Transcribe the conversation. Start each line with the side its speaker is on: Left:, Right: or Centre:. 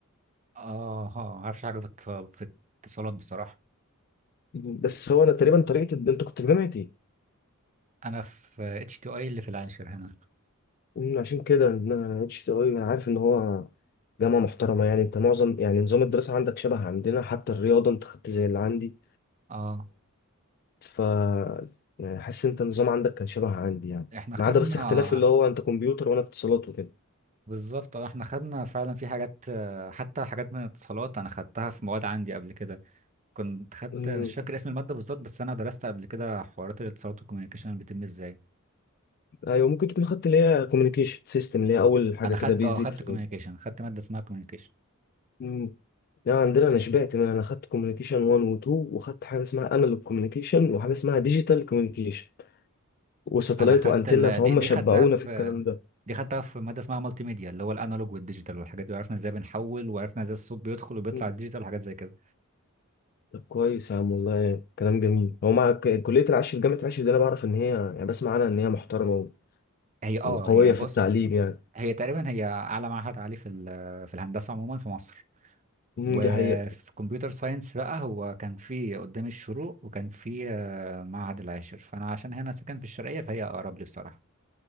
Right: اه ها ما اعرفش حاجة في الت- في الاتصالات بصراحة
Left: بس هو أنا تقريبا طريقة أنت كنت في جامعتي
Right: انا في اتش تي اي اللي في العاشر هنا
Left: عشان كده إن أنا اتش تي أي أنا عارف إن هو جامعة محترمة يعني أنت معظم يعني نظام الدراسة عندك شبه عندنا حتى الرياضة أنت خدت زي اللي عندي
Right: اه
Left: ف يعني حاسس انت النظام عندك كان شبه عندي يعني
Right: احنا خدنا
Left: ما عدا بس اختلاف اللي هو انت كمبيوتر وانا اتصالات وكده
Right: بالظبط اه احنا خدنا فعلا في حاجات آه، حتى حاجات من الاتصالات انا خدتها في مواد عندي قبل كده كنت خدت
Left: مم.
Right: مش فاكر اسم المادة بالظبط بس انا درست قبل كده حوارات الاتصالات والكوميونيكيشن بتتم ازاي
Left: ايوه ممكن تكون خدت اللي هي كوميونيكيشن سيستم اللي هي اول حاجه
Right: انا
Left: كده
Right: خدت
Left: بيزك
Right: اه خدت
Left: في
Right: كوميونيكيشن خدت مادة اسمها كوميونيكيشن
Left: مم. لا عندنا انا شبعت من انا خدت كوميونيكيشن 1 و 2 وخدت حاجه اسمها انالوج كوميونيكيشن وحاجه اسمها ديجيتال كوميونيكيشن وساتلايت
Right: انا خدت
Left: وانتنه
Right: ال...
Left: فهم
Right: دي, دي
Left: شبعونا
Right: خدتها في
Left: في الكلام ده
Right: دي خدتها في مادة اسمها مالتي ميديا اللي هو الانالوج والديجيتال والحاجات دي وعرفنا ازاي بنحول وعرفنا ازاي الصوت بيدخل وبيطلع
Left: مم.
Right: الديجيتال وحاجات زي كده
Left: طب كويس يا عم والله كلام جميل هو مع ك- كليه العاشر جامعه العاشر دي انا بعرف ان هي يعني بسمع عنها ان هي محترمه و-
Right: هي اه
Left: وقويه
Right: هي بص
Left: في التعليم يعني
Right: هي تقريبا هي اعلى معهد عالي في ال... في الهندسة عموما في مصر
Left: مم،
Right: وفي
Left: دي حقيقة
Right: كمبيوتر ساينس بقى هو كان في قدام الشروق وكان في آه، معهد العاشر فانا عشان هنا ساكن في الشرقيه فهي اقرب لي بصراحه